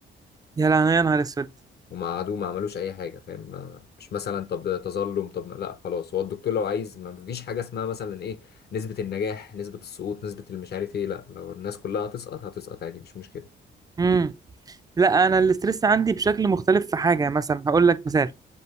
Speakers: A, on the right; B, on the left.
A: يا لهوي يا نهار اسود
B: هما قعدوا ما عملوش أي حاجة فاهم ما- مش مثلا طب تظلم طب لا خلاص هو الدكتور لو عايز ما فيش حاجة اسمها مثلا ايه نسبة النجاح نسبة السقوط نسبة المش عارف ايه لا لو الناس كلها هتسقط هتسقط عادي مش مشكلة
A: امم لا انا الاسترس عندي بشكل مختلف في حاجه مثلا هقول لك مثال